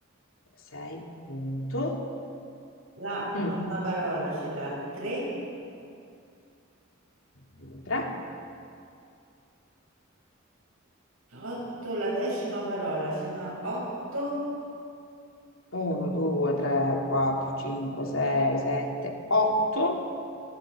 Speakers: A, on the left; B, on the right.
A: 6, punto.
B: La
A: 1,
B: nona parola ce l'ha 3,
A: 2, 3.
B: 8, la decima parola ce n'ha 8,
A: 1, 2, 3, 4, 5, 6, 7, 8,